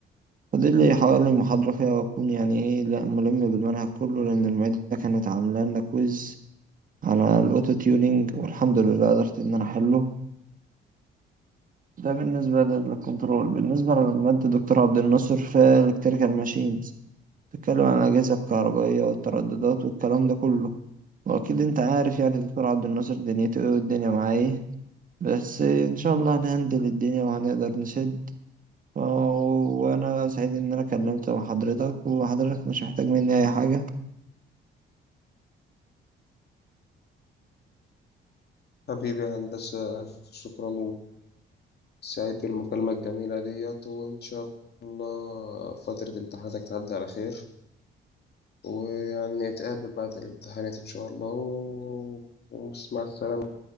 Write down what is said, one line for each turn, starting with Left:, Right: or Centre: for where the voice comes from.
Right: فاضل لي حوالي محاضرة فيها وأكون يعني إيه لأ ملم بالمنهج كله لأن المعيدة كانت عاملة لنا كويز على الأوتو تيونينج والحمد لله قدرت إن أنا أحله ده بالنسبة للكنترول بالنسبة للمادة دكتور عبد الناصر في الكتريكال ماشينز تتكلم عن الأجهزة الكهربائية والترددات والكلام ده كله وأكيد أنت عارف يعني دكتور عبد الناصر دنيته إيه والدنيا معاه إيه بس إن شاء الله هنهندل الدنيا وهنقدر نسد وأنا سعيد إن أنا كلمت مع حضرتك وحضرتك مش محتاج مني أي حاجة
Left: حبيبي يا هندسة ألف شكرا وسعيد بالمكالمة الجميلة ديت وإن شاء الله فترة امتحاناتك تعدي على خير ويعني نتقابل بعد الامتحانات إن شاء الله و... ومع السلامة